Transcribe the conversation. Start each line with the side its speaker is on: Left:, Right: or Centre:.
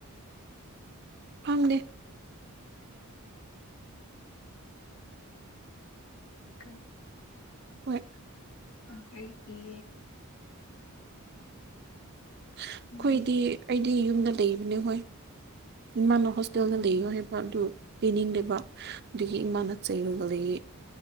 Right: ꯐꯪꯗꯦ
Left: ꯀ
Right: ꯍꯣꯏ
Left: ꯀꯔꯤꯒꯤ
Right: ꯑꯩꯈꯣꯏꯗꯤ
Left: ꯎꯝ
Right: ꯑꯩꯗꯤ ꯌꯨꯝꯗ ꯂꯩꯕꯅꯦ ꯍꯣꯏ ꯏꯃꯥꯅ ꯍꯣꯇꯦꯜꯗ
Left: ꯎꯝ
Right: ꯂꯩꯔꯤꯒ ꯍꯦ ꯄ ꯑꯗꯨ ꯄꯤꯅꯤꯡꯗꯕ ꯑꯗꯨꯗꯒꯤ ꯏꯃꯥꯅ ꯆꯩꯔꯨꯕꯗꯒꯤ